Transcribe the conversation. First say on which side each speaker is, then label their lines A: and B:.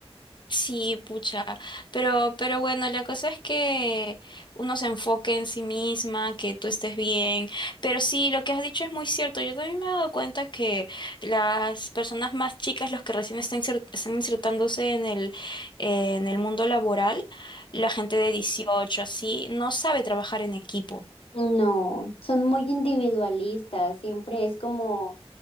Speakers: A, on the left; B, on the left.
A: Sí, pucha, pero, pero bueno, la cosa es que uno se enfoque en sí misma, que tú estés bien, pero sí, lo que has dicho es muy cierto, yo también me he dado cuenta que las personas más chicas, los que recién están, insert- están insertándose en el, eh, en el mundo laboral, la gente de 18 así, no sabe trabajar en equipo.
B: No, son muy individualistas, siempre es como